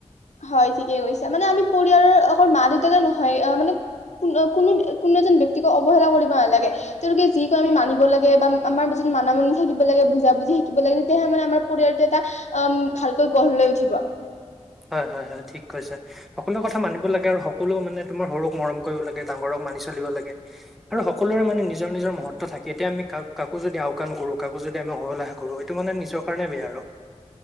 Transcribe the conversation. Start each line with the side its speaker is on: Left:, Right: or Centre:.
Left: হয় ঠিকে কৈছা মানে আমি পৰিয়ালৰ আক মা দেউতাকে নহয় মানে কোনো কোনো এজন ব্যক্তিক অৱহেলা কৰিব নালাগে। তেওঁলোকে যি ক আমি মানিব লাগে বা আমাৰ মত মানামানি থাকিব লাগে বুজা বুজি থাকিব লাগে, তেতিয়াহলে মানে আমাৰ পৰিয়াল এটা ভালকৈ গঢ় লৈ উঠিব।
Centre: হয় হয় হয় ঠিক কৈছে সকলো কথা মানিব লাগে, আৰু সকলো মানে তোমাৰ সৰুক মৰম কৰিব লাগে ডাঙৰক মানি চলিব লাগে। আৰু সকলোৰে মানে নিজৰ নিজৰ মহৎ থাকে এতিয়া আমি কাকো যদি আওকাণ কৰোঁ কাকো যদি আমি অবহেলা কৰোঁ সেইটো মানে নিজৰ কাৰণে বেয়া আৰু।